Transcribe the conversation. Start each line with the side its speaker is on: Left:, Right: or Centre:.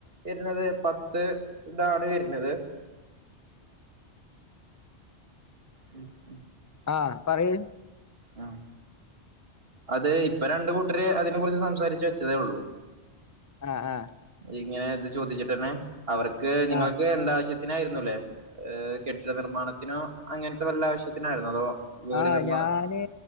Right: വരുന്നത് പത്ത് ഇതാണ് വരുന്നത് ഉം
Left: ആഹ പറയ്
Right: ആഹ അത് ഇപ്പ രണ്ട് കൂട്ടര് അതിനെ കുറിച്ച് സംസാരിച്ച് വെച്ചതേ ഉള്ളൂ
Left: ആഹ ആഹ
Right: ഇങ്ങനെ ഇത് ചോദിച്ചിട്ടന്നെ അവർക്ക് നിങ്ങൾക്ക്
Left: ആ
Right: എന്താവശ്യ ത്തിനായിരുന്നുല്ലേ ഹ് കെട്ടിട നിർമ്മാണത്തിനോ അങ്ങനത്തെ വല്ല ആവശ്യത്തിനായിരുന്നോ അതോ വീട്
Left: ആഹ്
Right: നിർമ്മാണം
Left: ഞാന്